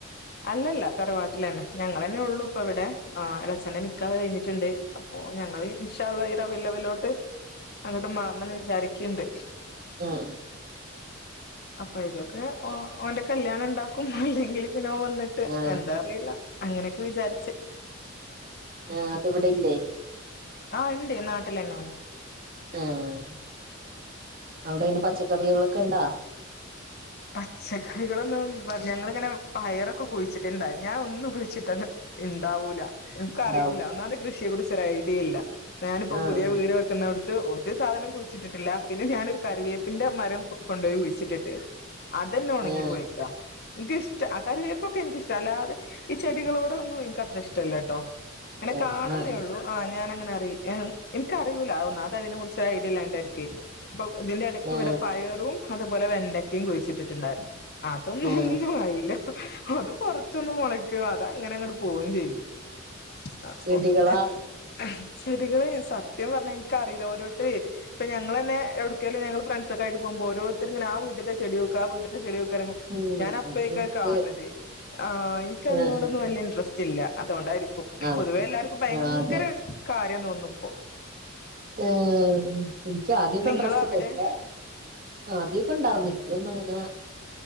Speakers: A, on the left (about 55°); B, on the right (about 45°).
A: അല്ലല്ല തറവാട്ടിലന്നെ ഞങ്ങളന്നെ ഉള്ളു ഇപ്പ ഇവിടെ ആ എളച്ചനെ നിക്കാഹ് കഴിഞ്ഞിട്ടുണ്ട് ഓ ഞങ്ങള് ഇൻഷാഅള്ളാ <unintelligible> വിലോട്ട് അങ്ങോട്ട് മാറണംന്ന് വിചാരിക്ക്ണ്ട്
B: ആഹ്
A: അപ്പൊ ഇതൊക്കെ ഓന്റെ കല്യാണം ഇണ്ടാ ഇല്ലെങ്കിൽ പിനോ ഓൻ വന്നിട്ട്
B: ആ
A: എന്താ അറിയില്ല അങ്ങനൊക്കെ വിചാരിച്ച്
B: ആഹ് അപ്പൊ ഇവിടെ ഇല്ലേ
A: ആഹ് ഉണ്ട് നാട്ടിലന്നെയാണ്
B: ആഹ് അവിടെ ഈ പച്ചക്കറികളൊക്കെ ഇണ്ടാ
A: പച്ചക്കറികളൊന്നും ഞങ്ങളിങ്ങിങ്ങനെ പയറൊക്കെ കുഴിച്ചിട്ടുണ്ടായി ഞാൻ ഒന്നും കുഴിച്ചിട്ട ഇണ്ടാവൂല ഇൻക്ക്
B: ഉണ്ടാവൂല
A: അറിയൂല ഒന്നാമത് കൃഷിയെ കുറിച്ച് ഒര് ഐഡിയ ഇല്ല ഞാനിപ്പൊ
B: ആ
A: പുതിയ
B: ആ
A: വീട് വെക്കുന്നടുത്ത് ഒരു സാധനം കുഴിച്ചിട്ടിട്ടില്ല പിന്നെ ഞാനൊരു കറിവേപ്പിന്റെ മരം കൊണ്ടോയി കുഴിച്ചിട്ടിട്ട് അതന്നെ ഒണങ്ങി
B: ആ
A: പോയേക്ക ഇൻക്കിഷ്ട്ട ആ കറിവേയ്പ്പൊക്കെ ഇൻക്ക് ഇഷ്ട്ട അല്ലാതെ ഈ ചെടികളോടൊന്നും ഇൻക്ക് അത്ര ഇഷ്ടല്ലട്ടോ ഇങ്ങനെ
B: ശരി
A: കാണുന്നേ
B: ആ
A: ഉള്ളൂ ആ ഞാനങ്ങനെ അറി ഏഹ് ഇൻക്കറിയൂല ഒന്നാമത് അതിനെ കുറിച്ച് ഒരു ഐഡിയ ഇല്ലായിട്ട് ആയിരിക്കൊയ് അപ്പൊ ഇതിന്റെ എടക്ക്
B: ആ ആ
A: ഇവിടെ പയറും അതുപോലെ വെണ്ടക്കയും കുഴിച്ചിട്ടിട്ടുണ്ടായിരുന്നു അതൊന്നും
B: ആ
A: ഒന്നും ആയില്ല അത് കൊറച്ചൊന്ന് മൊള ക്കും അതങ്ങനങ്ങട് പോവേം ചെയ്യും <unintelligible>
B: ചെടികളാ
A: ചെടികളെ സത്യം പറഞ്ഞാൽ ഇൻക്കറീല ഓരോത്തര് ഇപ്പൊ ഞങ്ങളന്നെ എവിടക്കേലും ഞങ്ങള് ഫ്രണ്ട്സ് ഒക്കെ ആയിട്ട് പോകു മ്പോരോരുത്തരിങ്ങനെ ആ വീട്ടിത്തെ ചെടി നോക്ക് ആ വീട്ട്ത്തെ ചെടി നോക്ക് പറയുമ്പോ
B: ഉം
A: ഞാൻ അപ്പഴേക്കും
B: നമുക്ക്
A: അത് കാണണത് ആഹ് ഇൻക്കതിനോടൊന്നും
B: ആ ആ
A: വല്യ ഇൻട്രസ്റ്റ് ഇല്ല അതുകൊണ്ടായിരിക്കും
B: അതെ
A: പൊതുവേ എല്ലാർക്കും ഭയങ്കര
B: ആ അതെ
A: കാര്യ തോന്നുന്നു അപ്പോ
B: ഉം ഇച്ച് ആദ്യൊക്കെ
A: നിങ്ങളവിടെ
B: ഇന്ട്രെസ്റ്റ് ഇണ്ടായ്നിം ആദ്യം ഇപ്പണ്ടാർന്നു ഇപ്പൊന്നും അങ്ങനെ